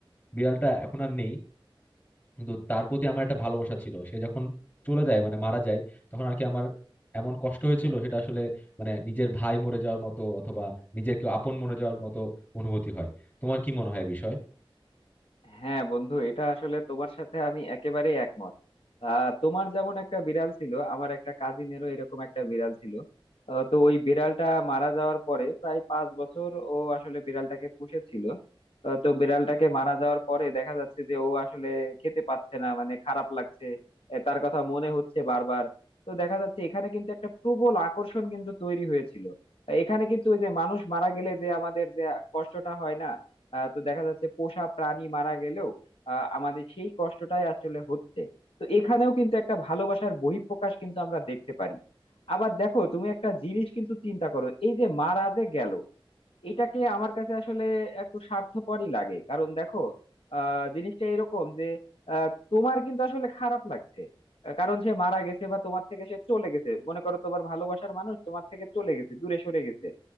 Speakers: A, on the left; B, on the left.
A: বিড়ালটা এখন আর নেই কিন্তু তার প্রতি আমার একটা ভালোবাসা ছিল সে যখন চলে যায় মানে মারা যায় তখন আর কি আমার এমন কষ্ট হয়েছিল সেটা আসলে মানে নিজের ভাই মরে যাওয়ার মতো অথবা নিজের কেউ আপন মরে যাওয়ার মতো অনুভূতি হয় তোমার কি মনে হয় বিষয়ে
B: হ্যাঁ বন্ধু এটা আসলে তোমার সাথে আমি একেবারে একমত আহ, তোমার যেমন একটা বিড়াল ছিল আমার একটা কাজিনেরও এরকম একটা বিড়াল ছিল আহ, তো ওই বিড়ালটা মারা যাওয়ার পরে প্রায় পাঁচ বছর ও আসলে বিড়ালটাকে পুষেছিল আহ, তো বিড়ালটাকে মারা যাওয়ার পরে দেখা যাচ্ছে যে ও আসলে খেতে পাচ্ছে না মানে খারাপ লাগছে এ, তার কথা মনে হচ্ছে বারবার তো দেখা যাচ্ছে এখানে কিন্তু একটা প্রবল আকর্ষণ কিন্তু তৈরি হয়েছিল আহ, এখানে কিন্তু ওই যে মানুষ মারা গেলে যে আমাদের যে কষ্টটা হয় না আহ, তো দেখা যাচ্ছে পোষা প্রাণী মারা গেলেও আহ, আমাদের সেই কষ্টটাই আসলে হচ্ছে তো এখানেও কিন্তু একটা ভালোবাসার বহিঃপ্রকাশ কিন্তু আমরা দেখতে পারি আবার দেখো তুমি একটা জিনিস কিন্তু চিন্তা করো এই যে মারা যে গেল এটাকে আমার কাছে আসলে একটু স্বার্থপরই লাগে কারণ দেখো আহ জিনিসটা এরকম যে আহ, তোমার কিন্তু আসলে খারাপ লাগছে আহ, কারণ সে মারা গেছে বা তোমার থেকে সে চলে গেছে মনে করো তোমার ভালোবাসার মানুষ তোমার থেকে চলে গেছে দূরে সরে গেছে